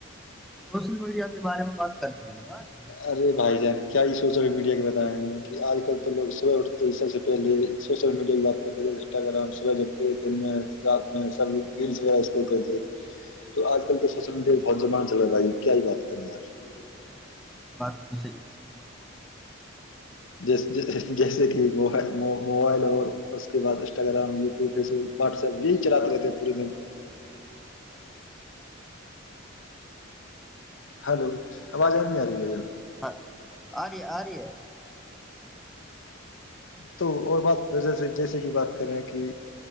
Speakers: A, in the centre; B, on the left.
A: سوشل میڈیا کے بارے میں بات کرتے ہیں نا آج
B: ارے بھائی جان کیا یہ سوشل میڈیا کے بتائے ہیں کہ آج کل تو لوگ صبح اٹھتے سب سے پہلے سوشل میڈیا کی بات کرتے تھ انسٹاگرام صبح جگتےات سب ریلسغتے تو آج کل تو سوشل میڈیا بہت زمان چلاے بھائی کیا یہ بات کریں آج
A: بات تو سحی کر ہو
B: جیس جیسے کہ مو موبائل اور اس کے بعد Instagram YouTube Facebook WhatsApp یہی چلاتے رہتے ہیں پورے دن ہلو آواز آب نہیں آ رہی ہے بھ
A: ہ آری آری
B: تو اور بات ویس جیسے کہ بات کریں کہ